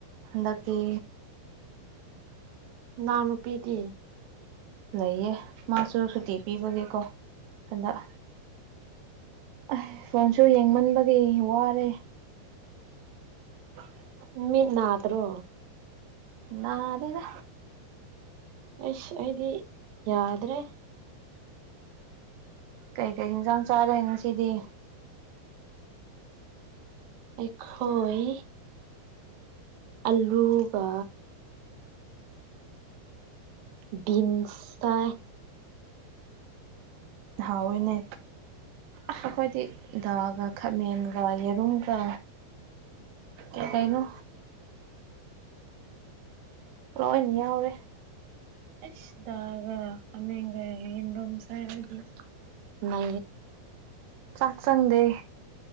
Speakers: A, on the right; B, on the right.
A: ꯍꯀꯤ
B: ꯅꯥ ꯅꯨꯄꯤꯗꯤ
A: ꯂꯩꯌꯦ ꯃꯥꯁꯨ ꯁꯨꯇꯤ ꯄꯤꯕꯒꯤꯀꯣ ꯍꯟꯗꯛ ꯑ ꯐꯣꯟꯁꯨ ꯌꯦꯡꯃꯟꯕꯒꯤ ꯋꯥꯔꯦ <unintelligible>
B: ꯃꯤ ꯅꯅꯥꯠꯇ꯭ꯔꯣ
A: ꯅꯥꯗꯗ
B: ꯑꯁ ꯑꯩꯗꯤ ꯌꯥꯗ꯭ꯔꯦ
A: ꯀꯩꯀꯩ ꯌꯦꯟꯁꯥꯡ ꯆꯥꯔꯦ ꯉꯁꯤꯗꯤ
B: ꯑꯦꯣꯏ ꯑꯜꯂꯨꯕ ꯕꯤꯤꯟꯁꯇꯥ
A: ꯍꯑꯣꯏꯅꯦ ꯑꯩꯈꯣꯏꯗꯤ ꯗꯥꯒ ꯈꯥꯃꯦꯟꯒ ꯌꯦꯔꯨꯝꯒ ꯀꯩꯀꯩꯅꯣ ꯂꯣꯏꯅ ꯌꯥꯎꯔꯦ
B: ꯑꯦꯁ ꯒꯃꯦꯒ ꯍꯣꯝꯁꯗꯤ ꯃ
A: ꯆꯥꯛ ꯆꯪꯗꯦ